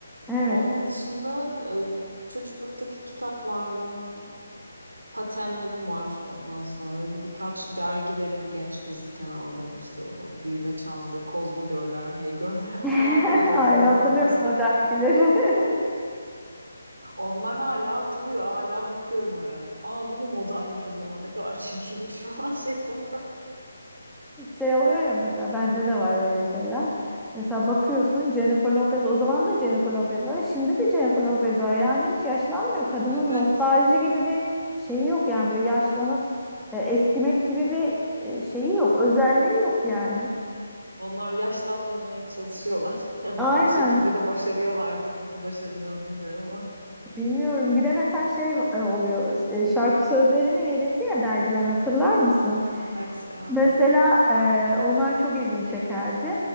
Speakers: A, in the centre; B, on the right.
A: Evet.
B: Onun dışında e, çocukluktaki kitaplarım, patenlerim var. Ondan sonra öyle birkaç dergilerim genç kızken aldığım işte o büyüme çağında Kozma Görler, Hey Görler
A: <laughs>
B: <laughs> falan vardı bizim
A: Ay
B: zamanımızda.
A: hatırlıyorum o dergileri. <laughs>
B: Onlar hala duruyor. Hala bakıyorum ara ara. Aa bu mu modaymış o zaman? Ne kadar çirkinmiş <laughs> falan şeklinde.
A: şey oluyor ya mesela bende de var öyle şeyler. Mesela bakıyorsun Jennifer Lopez o zaman da Jennifer Lopez var. Şimdi de Jennifer Lopez var. Yani hiç yaşlanmıyor. Kadının
B: Evet.
A: nostalji gibi bir şeyi yok yani böyle yaşlanıp e, eskimek gibi bir e, şeyi yok. Özelliği yok yani.
B: Onlar yaşlanmamaya çalışıyorlar. <laughs>
A: Aynen.
B: Bir şekilde de başarıyorlar artık. Nasıl başarılıyor bilmiyorum ama.
A: Bilmiyorum. Bir de mesela şey e, oluyor. e, şarkı sözlerini verirdi ya dergiler hatırlar mısın?
B: Evet. evet.
A: Mesela e, onlar çok ilgimi çekerdi.